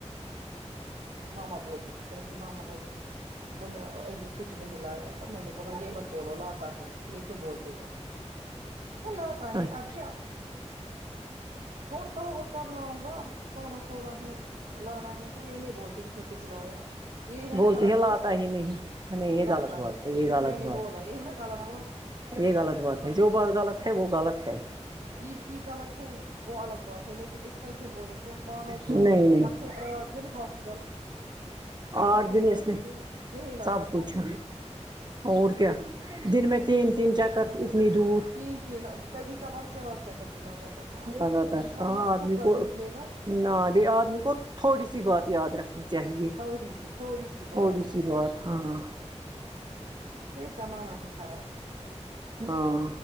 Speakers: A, on the right (about 85°); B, on the right (about 40°).
A: مما بولتی تھی تیرے مما بولتی وہ ابھی کچھ نہیں لایا تو میں نے بولا یہ مت بولو لاتا ہے یہ کیوں بولتے ہو وہ لاتا ہے
B: اچھا
A: اب کیا سوچتا ہوگا کب لاؤں گا اب سونا تھوڑا ہے لانا ہے تو یہ نہیں بولتی اس نے کچھ لایا یہ ہے
B: بولتی
A: نا غلط
B: لاتا
A: بات
B: ہی نہیں نہیں یہ
A: لاتا
B: غلط بات
A: ہی نہیں
B: ہے یہ
A: پھر
B: غلط
A: میں
B: بات
A: نے بولا یہ ہے نا غلط بات
B: یہ غلط بات ہے جو بات غلط ہے وہ غلط ہے
A: بی پی غلط ہے وہ الگ بات ہے لیکن اس کا کیوں بولیں گے مانو کہ
B: نہیں نہیں
A: ہم تھے آٹھ دن ہاسپٹل سب
B: آٹھ
A: کچھ
B: دن
A: لاتے
B: اس نے
A: تھے یہی لاتا
B: سب کچھ
A: تھا
B: اور کیا دن میں تین تین چکر اتنی دور
A: تین تین امم کبھے کبار چار چکر بھی لاتا تھا
B: کیا لاتا
A: انسان
B: تھا
A: مت
B: ہاں
A: خود
B: بلکل
A: غرض نکلے گا
B: نا جی آدمی کو تھوڑی سی بات یاد رکھنی چاہیے
A: تھوڑی سی تھوڑی سی
B: تھوڑی
A: بات رہنی
B: سی بات
A: چاہیے
B: ہاں
A: یار
B: ہاں
A: یہ زمانہ ہی خراب ہے
B: ہاں